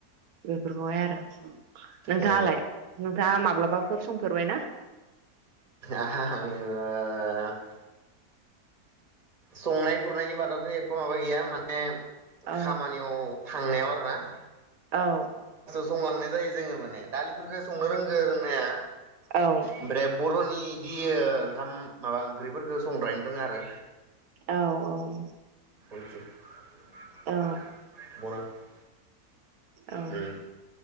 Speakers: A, on the right; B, on the right.
A: बेफोरखौहाय आरो नोंथाङालाय
B: ए
A: दा माब्लाबाफोर संफेरबाय ना
B: आहा आङो संनाय खुरनायनि बादावथ' एफा माबा गैया माने
A: औ
B: खामानियाव थांनायाव आ <unintelligible>
A: औ
B: संलांनाय जायो जोङो माने दालिफोरफोरखौ संनो रोंगो रोंनाया
A: औ
B: ओमफ्राय बर'नि बिदि ओंखाम माबा ओंख्रिफोरखौ संग्राय रोंआ आरो
A: औ औ
B: <inaudible> <unintelligible>
A: औ औ
B: उम